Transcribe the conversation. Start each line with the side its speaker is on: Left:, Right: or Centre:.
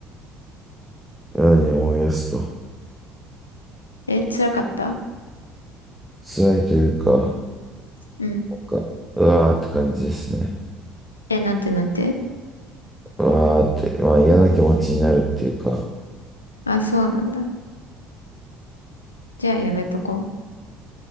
Centre: 何を思い出すと。
Left: え、辛かった
Centre: 辛いというか、
Left: うん。
Centre: かうわーって感じですね。
Left: え、なんてなんて
Centre: うわーって、まあ嫌な気持ちになるっていうか。
Left: あ、そうなんだ。じゃあやめとこう。